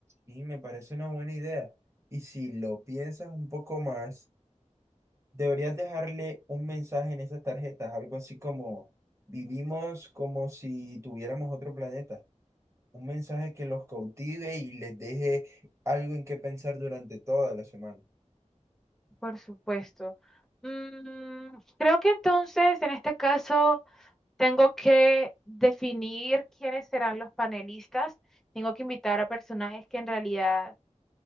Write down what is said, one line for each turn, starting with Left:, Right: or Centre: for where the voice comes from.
Right: Y me parece una buena idea. Y si lo piensas un poco más, Deberías dejarle un mensaje en esas tarjetas, algo así como vivimos como si tuviéramos otro planeta. Un mensaje que los cautive y les deje algo en qué pensar durante toda la semana.
Centre: Por supuesto. Mm, creo que entonces, en este caso... Tengo que definir quiénes serán los panelistas. Tengo que invitar a personajes que en realidad